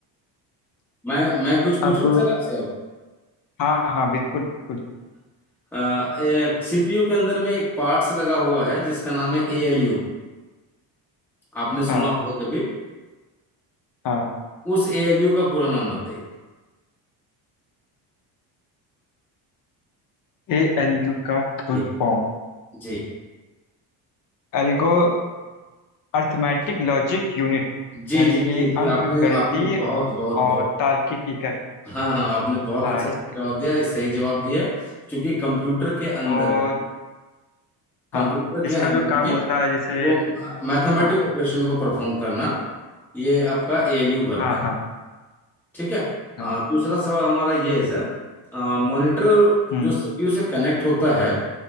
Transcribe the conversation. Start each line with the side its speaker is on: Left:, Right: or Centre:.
Centre: मैं मैं कुछ पूछ
Left: अब
Centre: लूं सर आपसे अब
Left: हाँ हाँ बिल्कुल बिल्कुल
Centre: <laughs> सीपीयू के अंदर में एक पार्ट्स लगा हुआ है जिसका नाम है एएलयू आपने सुना
Left: हाँ
Centre: होगा कभी
Left: हाँ
Centre: उस एएलयू का पूरा नाम बताइए
Left: ए एल यू का full
Centre: जी
Left: form
Centre: जी
Left: algo arithmetic logic unit
Centre: जी
Left: यानी
Centre: जी
Left: कि
Centre: जी जी
Left: अंक
Centre: आपने
Left: गणितीय
Centre: आपने बहुत बहुत
Left: और
Centre: बहुत
Left: तार्किक इकाई
Centre: हाँ हाँ आपने बहुत
Left: हाँ
Centre: अच्छा
Left: इस
Centre: जवाब दिया ये सही जवाब भी है क्योंकि कंप्यूटर के अंदर
Left: और
Centre: में कंप्यूटर
Left: हाँ इसका
Centre: के अंदर
Left: जो काम
Centre: में
Left: होता है जैसे
Centre: वो मैथमेटिक
Left: हाँ
Centre: ऑपरेशन को परफॉर्म करना ये आपका एएलयू करता
Left: हाँ
Centre: है
Left: हाँ
Centre: ठीक है
Left: हाँ
Centre: आ, दूसरा सवाल हमारा ये है सर मॉनिटर
Left: हम्म
Centre: जो सीपीयू से कनेक्ट होता है